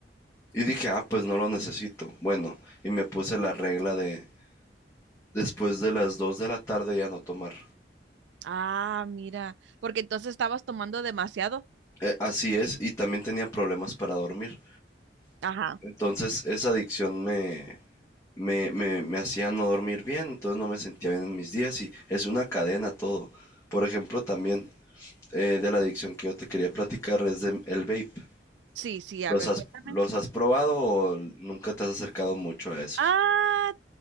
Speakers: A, on the left; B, on the right.
A: Y dije, ah, pues no lo necesito. Bueno, y me puse la regla de después de las 2 de la tarde ya no tomar.
B: Ah, mira, porque entonces estabas tomando demasiado.
A: Eh, así es, y también tenía problemas para dormir.
B: Ajá.
A: Entonces esa adicción me, me, me, me hacía no dormir bien, entonces no me sentía bien en mis días y es una cadena todo. Por ejemplo, también eh, de la adicción que yo te quería platicar es de el vape.
B: Sí, sí, a
A: ¿Los
B: ver,
A: has,
B: cuéntame.
A: los has probado o nunca te has acercado mucho a esos?
B: Ah,